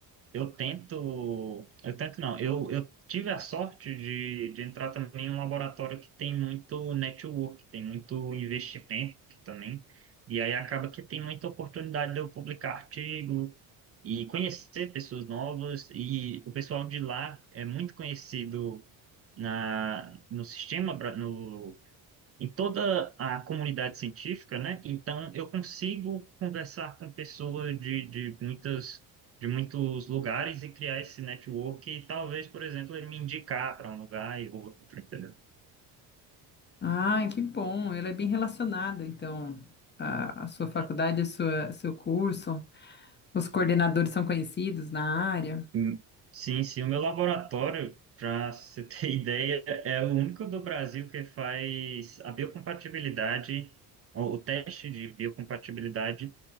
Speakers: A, on the right; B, on the left.
A: eu tento, eu tento não. Eu, eu tive a sorte de, de entrar também em um laboratório que tem muito network, tem muito investimento também. E aí acaba que tem muita oportunidade de eu publicar artigo e conhecer pessoas novas. E o pessoal de lá é muito conhecido na, no sistema, bra- no em toda a comunidade científica, né? Então eu consigo conversar com pessoas de, de muitas de muitos lugares e criar esse network e talvez, por exemplo, ele me indicar para um lugar e outro, entendeu?
B: Ah, que bom! Ela é bem relacionada, então, a, a sua
A: É,
B: faculdade, a sua, seu curso. Os coordenadores são conhecidos na área.
A: E- Sim, sim, o meu laboratório, para você ter <laughs> ideia, é o único do Brasil que faz a biocompatibilidade, o o teste de biocompatibilidade